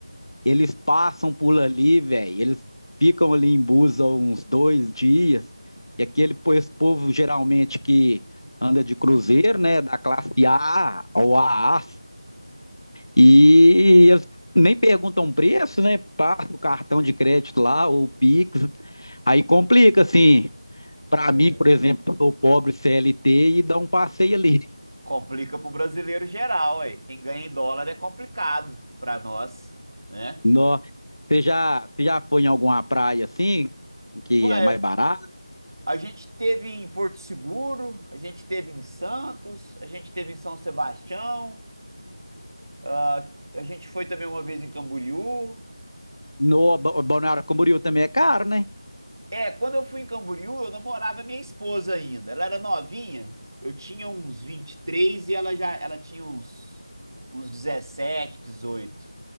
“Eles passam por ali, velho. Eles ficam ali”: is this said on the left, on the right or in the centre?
Left